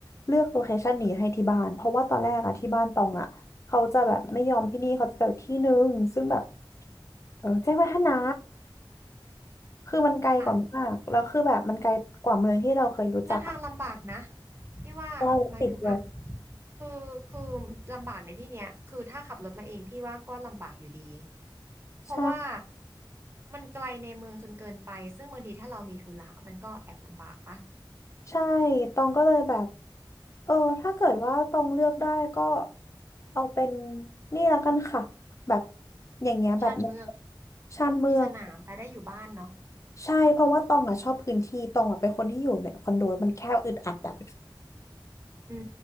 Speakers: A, on the left; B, on the right.
A: เลือกโลเคชันนี้ให้ที่บ้านเพราะว่าตอนแรกอ่ะที่บ้านตองอ่ะ เขาจะแบบไม่ยอมที่นี่เขาจะไปอีกที่นึงซึ่งแบบเออแจ้งวัฒนะคือมันไกลกว่ามากแล้วคือแบบมันไกลกว่าเมืองที่เราเคยรู้จักอะ
B: ค่ะเดินทางลำบากนะพี่ว่าหมายถึงว่า
A: ใช่รถติดเลย
B: คือคือลำบากในที่เนี้ยคือถ้าขับรถมาเองพี่ว่าก็ลำบากอยู่ดีเพราะว่า
A: ใช่
B: มันไกลในเมืองจนเกินไปซึ่งบางทีถ้าเรามีธุระมันก็แอบลำบากปะ
A: ใช่ตองก็เลยแบบเออถ้าเกิดว่าตองเลือกได้ก็เอาเป็นนี่แล้วกันค่ะแบบอย่างเงี้ยแบบ
B: ชานเมือง
A: ชานเมือง
B: มีสนามไปได้อยู่บ้านเนาะ
A: ใช่เพราะว่าตองอ่ะชอบพื้นที่ตองอ่ะเป็นคนที่อยู่ในคอนโดมันแคบอึดอัดอ่ะ
B: อื